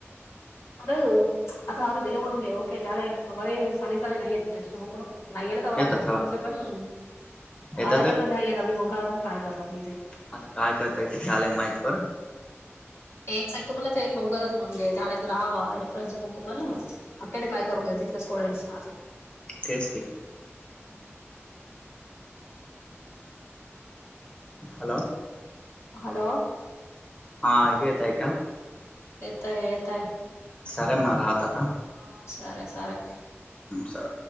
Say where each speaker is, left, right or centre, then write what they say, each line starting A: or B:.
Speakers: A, on the left; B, on the left.
A: पर आता आम्ही दिलवरून घे ओके त्यालागरे साली साली नाही येत टेक्स्ट बुक नाहीयला तवर
B: येतात
A: ऍडजस्ट
B: हवा
A: करूच आपण.
B: येतात
A: आल्याकडता नाही कोंकार काय करगी
B: आता काय करताय ते झाले माहीत पर
A: एक सा तुम्हाला तही ठेवंगतच म्हणून घे त्याला तर रहावा रेफरन्स बुक पण. अखर ते काय करू घ देत तिले स्टुडंसना
B: तेच की
A: हम्म
B: हॅलो
A: हॅलो.
B: हां येतय का?
A: येतय येतय.
B: सरे म राहताथ
A: हा सर सर
B: सर